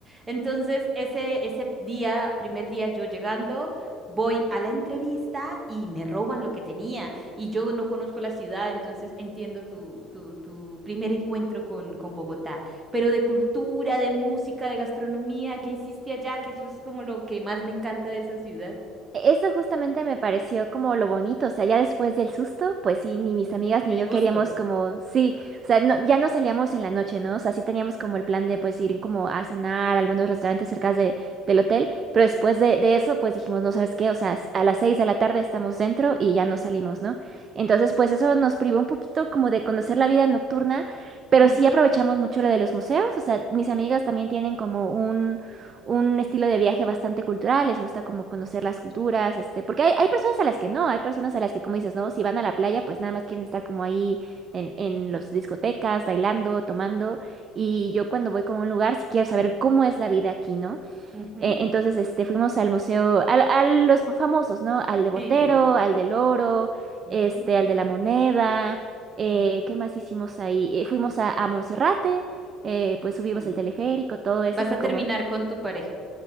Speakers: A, on the right; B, on the right.
A: Entonces, ese, ese día, primer día yo llegando, voy a la entrevista y me roban lo que tenía y yo no conozco la ciudad, entonces entiendo tu, tu, tu primer encuentro con, con Bogotá, pero de cultura, de música, de gastronomía, ¿qué hiciste allá? Que eso es como lo que más me encanta de esa ciudad.
B: e-, Eso justamente me pareció como lo bonito, o sea, ya después del susto, pues sí, ni
A: Ujú.
B: mis amigas
A: El
B: ni yo
A: gusto.
B: queríamos como, sí, o sea, no- ya no salíamos en la noche, ¿no? O sea, sí teníamos como el plan de pues ir como a cenar a algunos restaurantes cerca de, del hotel, pero después de, de eso, pues dijimos, no sabes qué, o sea, a las seis de la tarde estamos dentro y ya no salimos, ¿no? Entonces,
A: Ujú,
B: pues eso nos privó un poquito como de conocer la vida nocturna, pero
A: mm,
B: sí aprovechamos mucho lo de los museos, o sea, mis amigas también tienen como un un estilo de viaje bastante cultural, les gusta como conocer las culturas, este, porque hay, hay personas a las que no, hay personas a las que, como dices, no, si van a la playa, pues nada más quieren estar como ahí en, en las discotecas, bailando, tomando, y yo cuando voy como a un lugar, sí quiero saber cómo es la vida aquí, ¿no?
A: ujú.
B: Eh, entonces, este, fuimos al museo, al- a, los famosos, ¿no? Al de Botero,
A: Sí, sí.
B: al del Oro,
A: Ujú,
B: este, al de la Moneda, eh,
A: mm.
B: ¿qué más hicimos ahí? Eh, fuimos a, a Monserrate, eh, pues subimos
A: Mm.
B: el teleférico, todo eso
A: Vas
B: fue
A: a
B: como,
A: terminar con tu pareja.